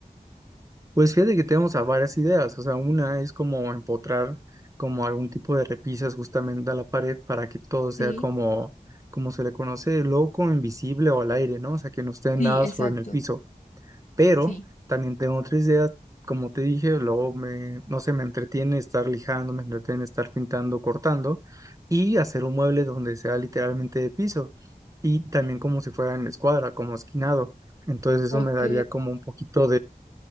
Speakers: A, on the right; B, on the left.
A: Pues fíjate que tenemos a varias ideas, o sea, una es como empotrar como algún tipo de repisas justamente a la pared para que todo sea
B: Sí,
A: como, como se le conoce, loco, invisible o al aire, ¿no? O sea, que no esté
B: sí,
A: nada
B: exacto,
A: sobre en el piso. Pero
B: sí.
A: también tengo otra idea, como te dije, luego me, no sé, me entretiene estar lijando, me entretiene estar pintando, cortando y hacer un mueble donde sea literalmente de piso y también como si fuera en escuadra, como esquinado. Entonces eso
B: Ok,
A: me daría como un poquito